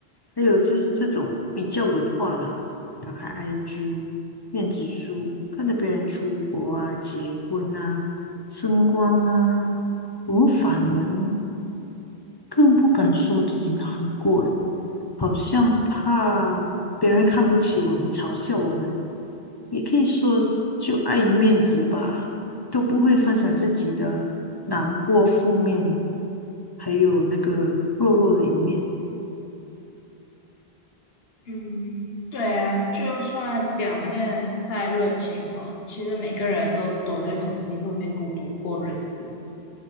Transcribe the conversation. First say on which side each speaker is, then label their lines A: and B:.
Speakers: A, on the left (about 25°); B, on the left (about 65°).
A: 还有就是这种比较文化啦，打开 IG、面子书，看着别人出国啊、结婚啊、升官啊，我们反而更不敢说自己难过，诶，好像怕别人看不起我们、嘲笑我们，也可以说就碍于面子吧，都不会分享自己的难过、负面，还有那个弱弱的一面。
B: 嗯，对啊，就算表面再热情哈，其实每个人都躲在手机后面孤独过日子。